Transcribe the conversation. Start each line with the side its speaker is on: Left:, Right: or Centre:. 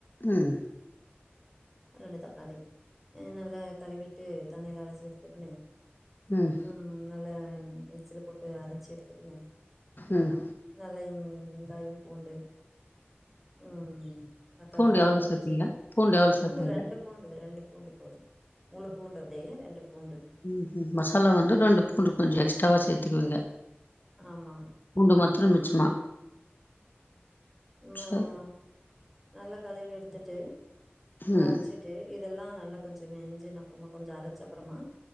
Left: ம்
Centre: ரெண்டு தக்காளி அ நல்லா கழுவி ட்டு தண்ணில அலசி எடுத்துக்குன்னு
Left: ம்
Centre: ம் நல்ல மிக்ஸீல போட்டு அரைச்சி எடுத்துக்குனு
Left: ம்
Centre: நல்லா வெங்காயோ பூண்டு ம் பட்ட
Left: பூண்டு
Centre: லவங்கோ
Left: எவ்வளோ
Centre: இஞ்சி
Left: சேப்பீங்க எவ்வளோ
Centre: பூண்டு
Left: சேப்பீங்க
Centre: ரெண்டு பூண்டு ரெண்டு பூண்டு போது முளு பூண்டு அப்டே ரெண்டு பூண்டு
Left: ம்ம் மசாலா வந்து ரெண்டு பூண்டு கொஞ்சோ எக்ஸ்ட்ராவா சேத்துக்குவீங்க
Centre: ஆமா
Left: பூண்டு மத்தரு மிச்சமா
Centre: ம் ம்
Left: சரி
Centre: நல்ல கழுவி எடுத்துட்டு
Left: ம்
Centre: அரைச்சு ட்டு இதெல்லா நல்லா கொஞ்சோ மெஞ்சின அப்பறமா கொஞ்ச அரைச்ச அப்பறமா